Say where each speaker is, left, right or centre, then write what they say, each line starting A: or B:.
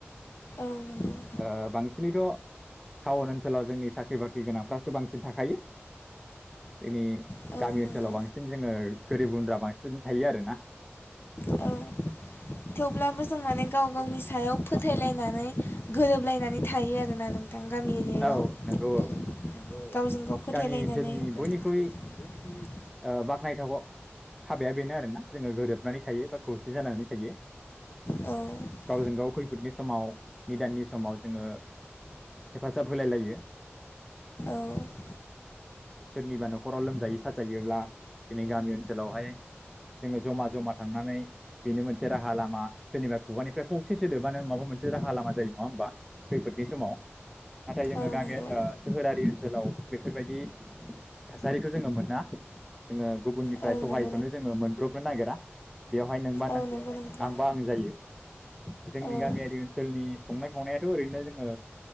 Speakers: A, on the left; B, in the centre.
A: औ नंगौ
B: ओ बांसिनैथ टाउन ओनसोलाव जोंनि साख्रि बाख्रि गोनांफ्रासो बांसिन थाखायो जोंनि
A: औ
B: गामि
A: नंगौ
B: ओनसोलाव बांसिन जोङो गोरिब गुन्द्रा बांसिन थायो आरो ना ।
A: गुन्द्रा बांसिन थायो आरो औ थेवब्लाबो जों माने गाव गावनि सायाव फोथायलायनानै गोरोबलायनानै थायो आरोना नों थां गामि एरियायाव
B: औ
A: ।
B: नंगौ
A: औ नोंगौ । गावजों गाव फोथायलायनानै
B: गामि ओनसोलनि
A: गामि
B: बयनिख्रुइ
A: ओनसोलनि बयनिख्रुइ
B: ओ बाख्नायथाव हाबाया बेनो आरोना जोङो गोरोबनानै थायो बा खौसे जानानै थायो
A: थायो
B: गावजों गाव खैफोदनि समाव निदाननि समाव जोङो हेफाजाब होलाय लायो
A: औ औ
B: सोरनिबा न'खराव लोमजायो साजायोब्ला दिनै गामि ओनसोलावहाय जोङो जमा जमा थांनानै बेनो मोनसे राहा लामा सोरनिबा खुगानिफ्राय फंसे सोदोबानो माबा मोनसे राहा लामा जायो नङा होमबा? खैफोदनि समाव । नाथाय जोङो
A: औ
B: गामि
A: नंगौ औ नंगौ।
B: ओ सोहोरारि ओनसोलाव बेफोरबायदि थासारिखौ जोङो मोना जोङो गुबुननिफ्राय
A: जोङो
B: सहायखौनो जोङो मोनब्रबनो नागिरा बेवहाय नोंबा
A: औ
B: नों
A: नंगौ नोंथां।
B: आंबा आं जायो जोंनि
A: औ
B: गामिया ओनसोलनि संनाय खावनायाथ' ओरैनो जोङो